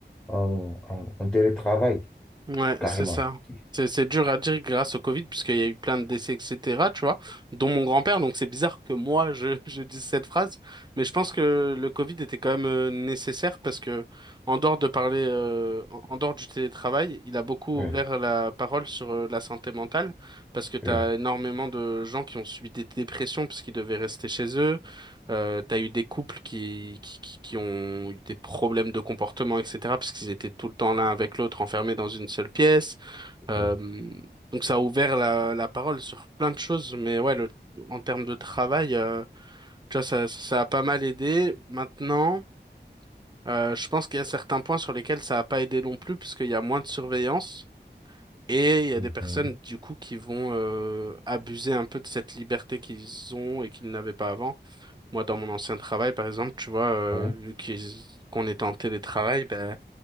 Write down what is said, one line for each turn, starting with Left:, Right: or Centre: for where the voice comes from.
Centre: en, en- en télétravail,
Right: Ouais,
Centre: carrément,
Right: c'est ça.
Centre: je dis.
Right: C'est c'est dur à dire grâce au Covid, puisqu'il y a eu plein de décès, etc., tu vois, dont mon grand-père. Donc c'est bizarre que moi, je, <laughs> je dise cette phrase, mais je pense que le Covid était quand même euh, nécessaire parce que, en dehors de parler, euh, en en dehors du télétravail, il a beaucoup
Centre: Oui,
Right: ouvert la parole sur euh, la santé mentale, parce que tu
Centre: oui,
Right: as énormément de gens qui ont subi des dépressions puisqu'ils devaient rester chez eux, euh, t'as eu des couples qui, qui, qui qui ont eu des problèmes de comportement, etc., parce qu'ils étaient tout le temps l'un avec l'autre, enfermés dans une seule pièce. Euh,
Centre: oui.
Right: donc ça a ouvert la, la parole sur plein de choses, mais ouais, le, en termes de travail, euh, tu vois, ça, ça a pas mal aidé. Maintenant, euh, je pense qu'il y a certains points sur lesquels ça a pas aidé non plus, parce qu'il y a moins de surveillance. Et il y a
Centre: Mhm.
Right: des personnes, du coup, qui vont euh, abuser un peu de cette liberté qu'ils ont et qu'ils n'avaient pas avant. Moi, dans mon ancien travail, par exemple, tu vois, euh,
Centre: Oui,
Right: vu qu'ils, qu'on était en télétravail, ben,